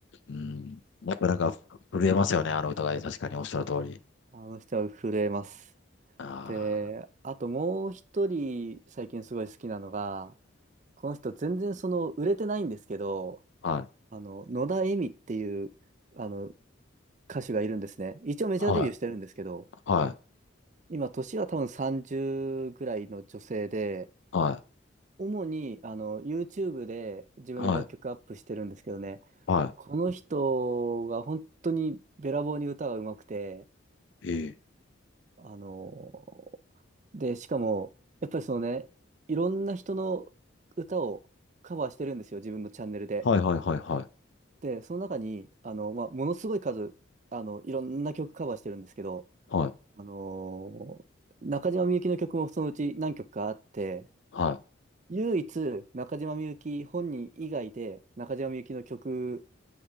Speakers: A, on the left; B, on the right.
A: うん。やっぱなんか震えますよね。あの歌が確かにおっしゃる通り。
B: あの人は震えます。
A: あ
B: で、あともう一人最近すごい好きなのが、この人全然その売れてないんですけど、
A: あ。はい。
B: あの、野田恵美っていうあの歌手がいるんですね。一応メジャーデビューしてるんですけど、
A: はい。はい。
B: 今年は多分30ぐらいの女性で、
A: は
B: 主にあの YouTube で自分の楽曲アップしてるんですけどね、
A: い。はい。は
B: この人が本当にべらぼうに歌が上手くて、
A: い。ええ。
B: あのーで、しかも、やっぱりそのね、いろんな人の歌をカバーしてるんですよ、自分のチャンネルで。
A: はいはいはいはい。
B: で、その中に、あの、まあ、ものすごい数、あの、いろんな曲カバーしてるんですけど、
A: はい。
B: あのー中島みゆきの曲もそのうち何曲かあって、
A: はい。
B: 唯一中島みゆき本人以外で中島みゆきの曲